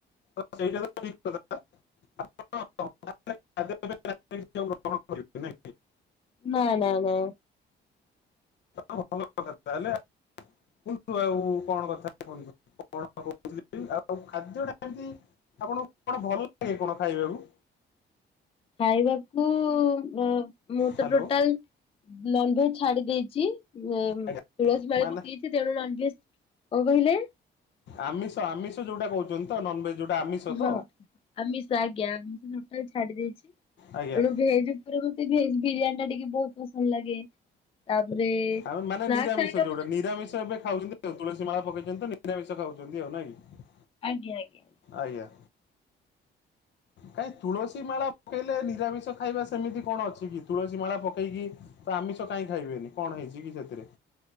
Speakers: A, on the left; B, on the left.
A: ତ ସେଇଟା ତ ଠିକ୍ କଥା ଆପଣ। <unintelligible>
B: ନା ନା ନା।
A: ଆପଣ ଭଲ କଥା ତା ହେଲେ। କୁହନ୍ତୁ ଆଉ କଣ କଥା କୁହନ୍ତୁ କଣ କହୁଥିଲ ଆଉ ଖାଦ୍ୟଟା ଏମିତି। ଆପଣଙ୍କୁ କଣ ଭଲ ଲାଗେ କଣ ଖାଇବାକୁ।
B: ଖାଇବାକୁ ମୁଁ ମୁଁ
A: ହ୍ୟାଲୋ
B: ତ ଟୋଟାଲ। ନନଭେଜ୍ ଛାଡି ଦେଇଛି ତୁଳସୀ
A: ଆଜ୍ଞା
B: ମାଳି
A: ମାନେ
B: ପକେଇ ଛି ତେଣୁ ନନଭେଜ କଣ କହିଲେ।
A: ଆମିଷ ଆମିଷ ଯୋଉଟା କହୁଛନ୍ତି ତ ନନଭେଜ୍ ଯୋଉଟା ଆମିଷ।
B: ହଁ
A: ତ
B: ଆମିଷ ଆଜ୍ଞା ଆମିଷ ଟୋଟାଲ ଛାଡି ଦେଇଛି ତେଣୁ
A: ଆଜ୍ଞା
B: ଭେଜ। ଉପରେ ମତେ ଭେଜ ବିରିୟାନୀ ଟିକେ ବହୁତ ପସନ୍ଦ ଲାଗେ। ତାପରେ
A: ଆଉ ମାନେ
B: ସ୍ନାକ୍ସ
A: ନିରାମିଷ
B: ଆଇଟମ
A: ଯୋଉଟା ନିରାମିଷ ଏବେ ଖାଉଛନ୍ତି। ଯୋଉ ତୁଳସୀ ମାଳା ପକେଇଛନ୍ତି ତ ନିରାମିଷ ଖାଉଛନ୍ତି ଆଉ ନା କି।
B: ଆଜ୍ଞା ଆଜ୍ଞା।
A: ଆଜ୍ଞା।
B: <inaudible>
A: କାଇଁ ତୁଳସୀ ମାଳା ପକେଇଲେ ନିରାମିଷ ଖାଇବା ସେମିତି କଣ ଅଛି କି ତୁଳସୀ ମାଳା ପକେଇକି। ତ ଆମିଷ କାଇଁ ଖାଇବେନି କଣ ହେଇଛି କି ସେଥିରେ।